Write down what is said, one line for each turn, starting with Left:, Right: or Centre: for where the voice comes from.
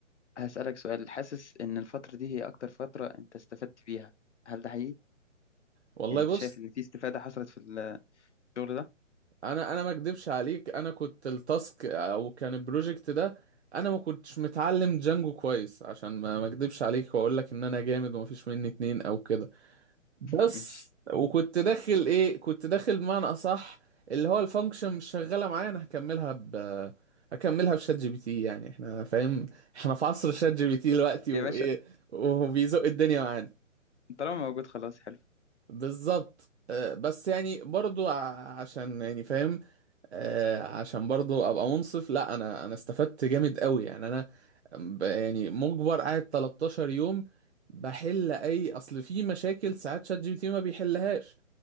Left: هسألك سؤال حاسس إن الفترة دي هي أكتر فترة أنت استفدت فيها هل ده حقيقي؟
Right: والله
Left: يعني أنت
Right: بص
Left: شايف إن في استفادة حصلت في الشغل ده؟
Right: انا انا ما اكدبش عليك انا كنت التاسك او كان البروجكت ده انا ما كنتش متعلم جانجو كويس عشان ما ما اكدبش عليك واقول لك ان انا جامد وما فيش مني اتنين او كده بس
Left: ماشي
Right: وكنت داخل ايه كنت داخل بمعنى اصح اللي هو الفانكشن مش شغاله معايا انا هكملها ب هكملها بشات جي بي تي يعني احنا فاهم احنا في عصر شات جي بي تي دلوقتي وايه
Left: يا باشا
Right: وبيزق الدنيا معانا
Left: طالما موجود خلاص حلو
Right: بالظبط آه، بس يعني برضو ع- عشان يعني فاهم آه، عشان برضو ابقى منصف لا انا انا استفدت جامد قوي يعني انا ب- يعني مجبر قاعد 13 يوم بحل اي اصل في مشاكل ساعات شات جي بي تي ما بيحلهاش